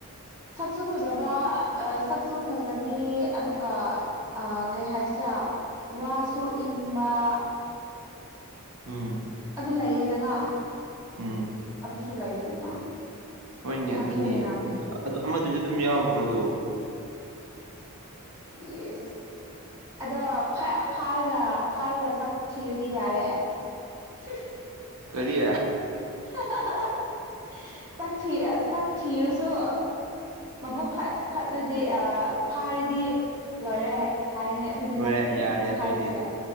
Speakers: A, on the right; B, on the right.
A: ꯁꯛꯁꯨ ꯐꯖꯕ ꯁꯛꯁꯨ ꯐꯖꯕꯤ ꯑꯗꯨꯒ ꯀꯩ ꯍꯥꯏꯁꯤꯔꯥ ꯋꯥꯁꯨ ꯏꯟꯕ
B: ꯎꯝ
A: ꯑꯗꯨ ꯂꯩꯌꯦꯗꯅ
B: ꯎꯝ
A: ꯑꯗꯨꯁꯨ ꯂꯩꯌꯦꯗꯅ
B: ꯍꯣꯏꯅꯦ
A: ꯁꯛꯁꯨ
B: ꯑꯗꯨꯅꯤ
A: ꯌꯦꯡꯔꯝꯅꯤ
B: ꯑꯗꯨ ꯑꯃꯗꯨꯗꯤ ꯑꯗꯨꯝ ꯌꯥꯎꯗ꯭ꯔꯣꯗꯣ
A: ꯢꯁ ꯑꯗꯣ ꯐꯥꯔꯒ ꯐꯥꯔꯒ ꯁꯥꯛ ꯊꯤꯔꯗꯤ ꯌꯥꯔꯦ <inaudible>
B: ꯀꯔꯤ
A: <inaudible> ꯁꯥꯛ ꯁꯥꯛ ꯊꯤꯔꯁꯨ ꯃꯕꯨꯛ ꯐꯠꯂꯗꯤ ꯐꯥꯔꯗꯤ ꯂꯣꯏꯔꯦ ꯍꯥꯏꯅꯦ ꯑꯗꯨꯗꯤ
B: ꯂꯣꯏꯔꯦ
A: ꯅꯪ
B: ꯌꯥꯔꯦ
A: ꯅꯪ
B: ꯑꯗꯨꯑꯣꯏꯗꯤ
A: ꯍꯥꯏꯔꯤꯁꯦ